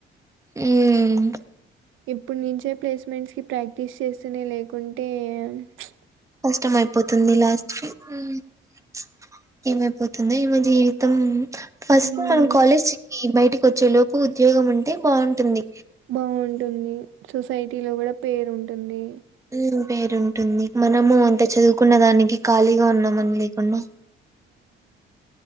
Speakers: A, on the right; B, on the right.
A: ఉమ్
B: ఇప్పుడు నుంచే ప్లేస్మెంట్స్ కి ప్రాక్టీస్ చేస్తేనే లేకుంటే ప్చ్.
A: కష్టం అయిపోతుంది లాస్ట్ కి ప్చ్ ఏమైపోతు. దైవ జీవితం. ఫస్ట్
B: హ్మ్.
A: మనం కాలేజ్కి బయటిక్. కొచ్చేలోపు ఉద్యోగం ఉంటే బాగుంటుంది.
B: బాగుంటుంది. సొసైటీ లో కూడా పేరు ఉంటుంది.
A: ఉమ్. పేరుంటుంది. మనము అంత చదువుకున్న దానికి ఖాళీగా ఉన్నామని లేకుండా.